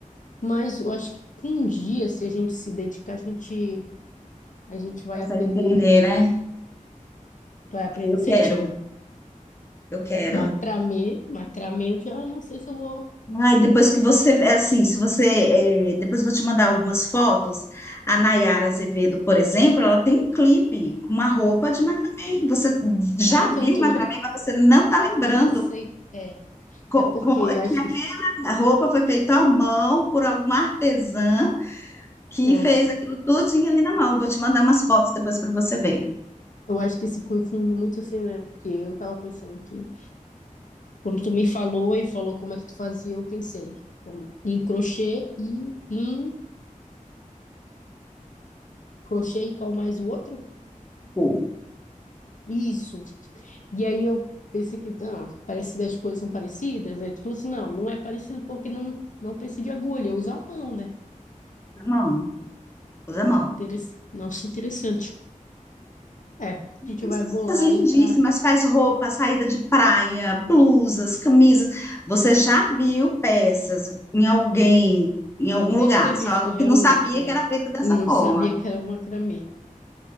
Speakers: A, on the left; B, on the left.
A: mas eu acho que um dia, se a gente se dedicar, a gente, a gente vai
B: consegue
A: aprender,
B: entender, né?
A: vai aprender
B: Eu
A: certinho.
B: quero, eu quero.
A: Macramê, macramê, eu já não sei se eu vou.
B: Ai, depois que você, é assim, se você, é, depois eu vou te mandar algumas fotos. A Nayara Azevedo, por exemplo, ela tem um clipe com uma roupa de macramê. Você já
A: A
B: viu
A: cantora.
B: macramê, mas você não está lembrando
A: Não sei, é.
B: co-
A: É porque
B: co-
A: acho
B: que aquela
A: que.
B: roupa foi feita à mão por alguma artesã que
A: Nossa,
B: fez aquilo todinho ali na mão. Vou te mandar umas fotos depois para você ver.
A: eu acho que se confunde muito assim, né? Porque eu tava pensando que quando tu me falou e falou como é que tu fazia, eu pensei como- em crochê e em crochê e qual mais o outro?
B: Pô,
A: Isso. E aí eu pensei que, não, parecidas as coisas são parecidas. Aí tu falou assim, não, não é parecido porque não, não precisa de agulha, eu uso a mão, né?
B: Na mão, toda mão.
A: Interess... Nossa, interessante. É, a gente
B: Umas
A: vai
B: peças
A: bolar
B: lindíssimas,
A: aí pra
B: faz roupa, saída de praia, blusas, camisas. Você já viu peças em alguém, em algum
A: Eu devo
B: lugar,
A: ter
B: só
A: visto realmente,
B: que não sabia
A: né?
B: que era feita dessa
A: Não
B: forma.
A: sabia que era macramê.